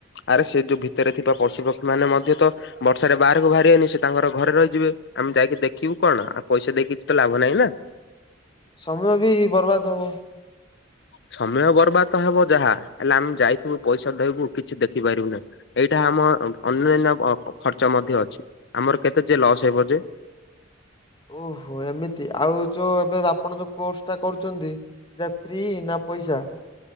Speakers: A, on the left; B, on the left.
A: ଆରେ ସେ ଯୋଉ ଭିତରେ ଥିବା ପଶୁପକ୍ଷୀ ମାନେ ମଧ୍ୟ ତ ବର୍ଷାରେ ବାହାରକୁ ବାହାରି ଆନି ସେ ତାଙ୍କର ଘରେ ରହିଯିବେ ଆମେ ଯାଇକି ଦେଖିବୁ କଣ ଆଉ ପଇସା ଦେଇକି କିଛି ତ ଲାଭ ନାହିଁ ନା।
B: ସମୟ ବି ବର୍ବାଦ ହବ।
A: ସମୟ ବର୍ବାଦ। ହେବ ଯାହା ହେଲେ ଆମେ ଯାଇଥିବୁ ପଇସା ଦେହବୁ କିଛି ଦେଖି ପାରିବୁନି। ଏଇଟା ଆମ ଅନ୍ୟାନ୍ୟ ଖର୍ଚ୍ଚ ମଧ୍ୟ ଅଛି ଆମର କେତେ ଯେ ଲସ୍ ହେବ ଯେ।
B: ଓହୋ ଏମିତି ଆଉ ଯୋଉ ଏବେ ଆପଣ ଯୋଉ କୋର୍ସ ଟା କରୁଛନ୍ତି। ସେଟା ଫ୍ରି ନା ପଇସା।